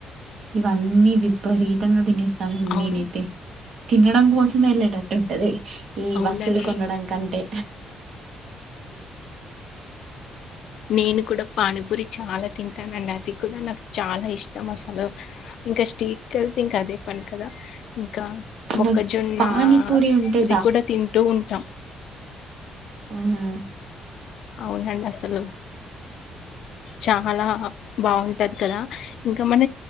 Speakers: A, on the right (about 65°); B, on the left (about 70°).
A: ఇవన్నీ విపరీతంగా తినేస్త చ మీన్
B: అవును.
A: తినడం కోసం వెళ్ళటట్టు ఉంటది. ఈ
B: అవునండి.
A: వస్తువులు కోనడం కంటే
B: నేను కూడా పానీపూరి చాలా తింటాను అండి. అది కూడా నాకు చాలా ఇష్టం, అసలు ఇంకా స్ట్రీట్ క వెళ్తే ఇంకా అదే పని కదా. ఇంకా మొక్కజొన్న
A: నాకు పానీపూరి ఉంటే
B: అది కూడా తింటూ ఉంటాం.
A: అహా
B: అవునండి అసలు చాలా బాగుంటది కదా ఇంకా మన